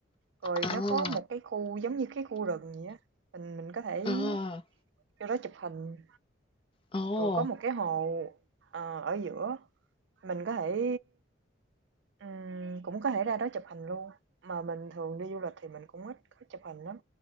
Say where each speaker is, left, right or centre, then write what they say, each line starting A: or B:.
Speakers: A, on the right (about 65°); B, on the left (about 25°).
A: rồi
B: À,
A: nó có một cái khu giống như cái khu rừng vậy á, mình mình có thể
B: à,
A: vô đó chụp hình.
B: ồ.
A: Rồi có một cái hồ, ờ, ở giữa, mình có thể Ừm, cũng có thể ra đó chụp hình luôn, mà mình thường đi du lịch thì mình cũng ít có chụp hình lắm,